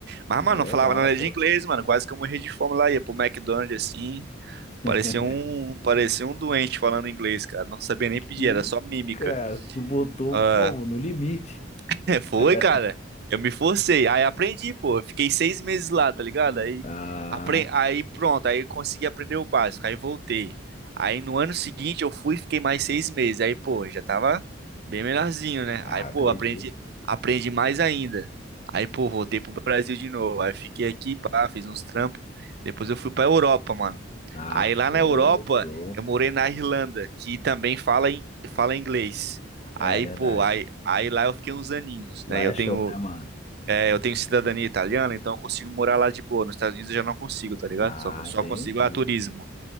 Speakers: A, on the right (about 55°); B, on the left (about 35°).
A: Mas, mano,
B: Ah, legal,
A: não falava nada
B: pô.
A: de inglês, mano. Quase que eu morri de fome lá. Ia pro McDonald's assim.
B: <laughs>
A: Parecia um, parecia um doente falando inglês, cara. Não sabia nem pedir,
B: Que,
A: era só mímica.
B: cara, tu botou
A: Ah,
B: como? No limite.
A: <laughs> Foi,
B: <laughs>
A: cara. Eu me forcei. Aí aprendi, pô. Eu Fiquei seis meses lá, tá ligado? Aí,
B: Ah.
A: apre... aí pronto. Aí eu consegui aprender o básico. Aí voltei. Aí no ano seguinte eu fui e fiquei mais seis meses. Aí, pô, já tava bem melhorzinho, né?
B: Ah,
A: Aí, pô,
B: acredito.
A: aprendi, aprendi mais ainda. Aí, pô, voltei pro Brasil de novo. Aí fiquei aqui, pá, fiz uns trampos. Depois eu fui pra Europa, mano.
B: Ah,
A: Aí
B: show,
A: lá na Europa
B: show.
A: eu morei na Irlanda, que também fala, in- fala inglês.
B: É
A: Aí,
B: verdade.
A: pô, aí, aí lá eu fiquei uns aninhos,
B: Lá
A: né? Eu
B: é show,
A: tenho,
B: né, mano?
A: é, eu tenho cidadania italiana, então eu consigo morar lá de boa. Nos Estados Unidos eu já não consigo, tá ligado?
B: Ah,
A: Só, só
B: entendi.
A: consigo a turismo.